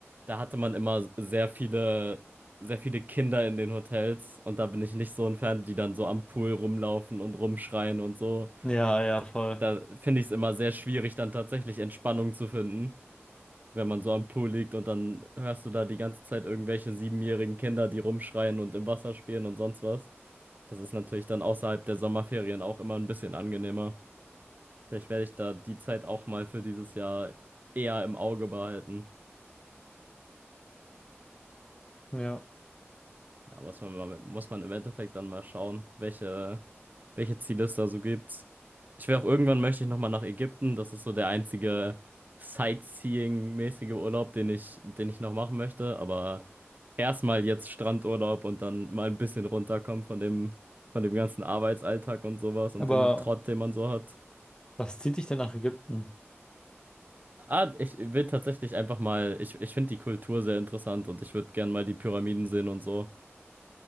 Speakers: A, on the right; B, on the left.
A: da hatte man immer sehr viele, sehr viele Kinder in den Hotels und da bin ich nicht so ein Fan, die dann so am Pool rumlaufen und rumschreien und so.
B: Ja, ja,
A: D-
B: voll.
A: Da finde ich es immer sehr schwierig, dann tatsächlich Entspannung zu finden, wenn man so am Pool liegt und dann hörst du da die ganze Zeit irgendwelche siebenjährigen Kinder, die rumschreien und im Wasser spielen und sonst was. Das ist natürlich dann außerhalb der Sommerferien auch immer ein bisschen angenehmer. Vielleicht werde ich da die Zeit auch mal für dieses Jahr eher im Auge behalten.
B: Ja.
A: Ja, muss man mal, muss man im Endeffekt dann mal schauen, welche, welche Ziele es da so gibt. Ich will auch irgendwann möchte ich nochmal nach Ägypten. Das ist so der einzige Sightseeing-mäßige Urlaub, den ich, den ich noch machen möchte. Aber erstmal jetzt Strandurlaub und dann mal ein bisschen runterkommen von dem, von dem ganzen Arbeitsalltag und sowas und
B: Aber
A: dem Trott, den man so hat.
B: was zieht dich denn nach Ägypten? <laughs>
A: Ah, ich will tatsächlich einfach mal, ich, ich finde die Kultur sehr interessant und ich würde gern mal die Pyramiden sehen und so.